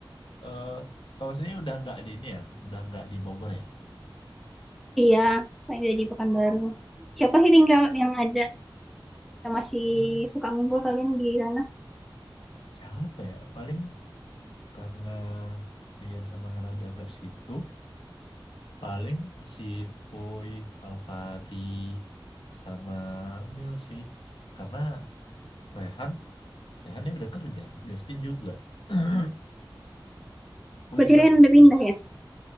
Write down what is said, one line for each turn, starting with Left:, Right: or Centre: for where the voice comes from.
Left: eh kalau sini udah nggak di ini ya, udah nggak di Bogor ya.
Centre: iya saya udah di Pekanbaru siapa sih tinggal yang ada yang masih
Left: Hmm.
Centre: suka ngumpul kalian di sana
Left: Siapa ya? Paling karena Rian sama Hana udah nggak di situ paling si Poi Alvari sama Amil sih karena Rehan Rehan dia udah kerja Justin juga <clears throat> Poi
Centre: berarti
Left: dia
Centre: Rian
Left: udah
Centre: udah
Left: ker-
Centre: pindah ya